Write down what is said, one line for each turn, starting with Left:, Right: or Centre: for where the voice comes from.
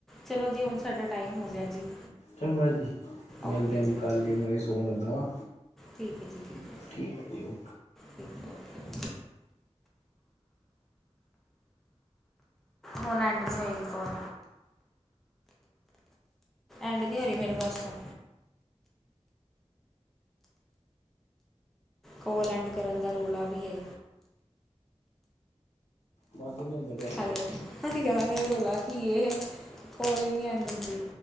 Centre: ਚਲੋ ਜੀ ਹੁਨ ਸਾਡਾ ਟਾਇਮ ਹੋ ਗਿਆਂ ਜੀ।
Left: ਚੰਗਾ ਜੀ, ਮਿਲਦੇ
Centre: ਓਕੇ
Left: ਆ ਜੀ
Centre: ਓਕੇ
Left: ਕੱਲ ਈ ਮੈਂ ਵੀ ਸੋਣ ਲੱਗਾ ਵਾਂ।
Centre: ਠੀਕ ਹੈ ਜੀ ਹੈ
Left: ਠੀਕ ਐ ਜੀ।
Centre: ਠੀਕ ਹੈ ਓਕੇ ਹੁਣ ਐਂਡ ਨੀ ਹੋਏਗੀ ਕੋਲ। ਐਂਡ ਨੀ ਹੋ ਰੀ ਮੇਰੇ ਪਾਸੋਂ। ਕੋਲ ਐਂਡ ਕਰਨ ਦਾ ਰੌਲਾ ਬੀ ਏ।
Left: ਬੰਦ ਨੀ ਹੁੰਦਾ ਪੈਸੇ
Centre: ਹੈਲੋ, ਯਾਰ ਏ ਰੌਲਾ ਕੀ ਏ ਕੋੋਲ ਈ ਨੀ ਐਂਡ ਹੁੰਦੀ।